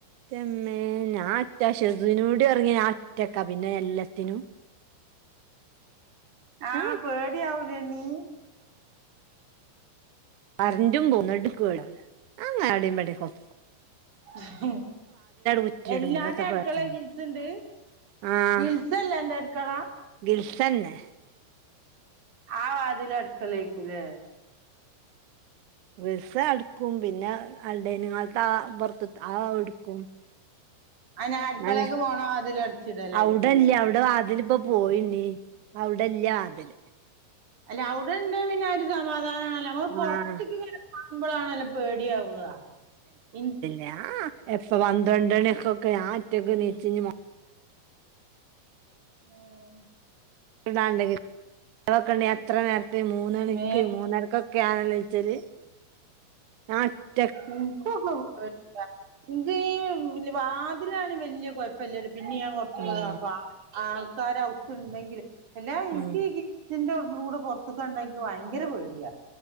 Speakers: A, on the right; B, on the right.
A: ന്റെമ്മേ ഞാഒറ്റ ഷസിനൂടിയൊറങ്ങി ഞ്ഞാ ഒറ്റക്ക പിന്നെല്ലെത്തിനും.
B: ആഹ്
A: ഞാൻ
B: പേടി ആവൂലേണ്ണീ?
A: കരണ്ടും പോവും എന്നട്ട്ക്ക് പേടില്ല്യ ഞാങ്ങെനെ ഔടിംമ്പെടിയൊക്കെ പോയിക്കും.
B: ഇഹ്
A: കുറ്റിയിടും
B: എല്ലാതെ
A: പിന്നെ എത്താ
B: അടക്കളേല്
A: പേട്ച്ച്ണ്
B: ഗിൽസ്ണ്ട്?
A: ആഹ്
B: ഗിൽസല്ലേ അന്റട്ക്കള?
A: ഗിൽസന്നെ
B: ആ വാതില് അടുക്കളേക്ക്ലേ?
A: ഗിൽസട്ക്കും പിന്നെ അ ഡെയിനിങ്ഹാളത്തെ ആഹാ പൊറ്ത്ത്ത്തെ ആഹ് അടക്കും
B: ആഹ് ഞാൻ അടുക്കളേക്ക്
A: ആന്നെ
B: പോണ വാതില് അടച്ചിടലായിരിക്കൂലേ
A: ഔടെല്ല്യാ ഔടെ വാതില്പ്പം പോയിണ്ണീ ഇപ്പഅവിടല്ല്യാ വാതില്
B: അല്ല അവ്ടെണ്ട് പിന്നെ ആ ഒരു സമാധാനാണല്ലോ നമ്മള് പുറത്തിക്ക്ങ്ങനെ
A: ആഹ്
B: കാണുമ്പളാണല്ലോ പേടിയാവാ? ഇൻക്ക്
A: ഞാ എപ്പൊ പന്ത്രണ്ടണികൊക്കെ ഞാ ഒറ്റക്ക് നീച്ചി ഇഞ് മോ
B: ഏഹ്
A: കെണ്ടെ <unintelligible> എത്ര നേരെത്തെ മൂന്നണിക്ക്
B: മേ
A: മൂന്നരക്കൊക്കെ ഒക്കെ ഞാനല്ലെ നീച്ചല് ഞ ഒറ്റ
B: ഇൻകൊക്കെ പേടിയാ ഇൻക്കീ വാതിലാണെ വല്ല്യ കൊഴപ്പല്ല്യാട്ടോ പിന്നിം ഞാ കൊറച്ചൊക്കെതാക്കും
A: ഉം
B: <unintelligible> ആൾക്കാരൗത്ത്ണ്ടെങ്കില് അല്ലാ ഇനിക്കീ
A: ഉം
B: ഗിൽ ഗിൽസിന്റെ ഉള്ളൂടെ പൊറ്ത്ത്ക്ക്കണ്ടാ എന്ക്ക് ഭയങ്കര പേട്യ.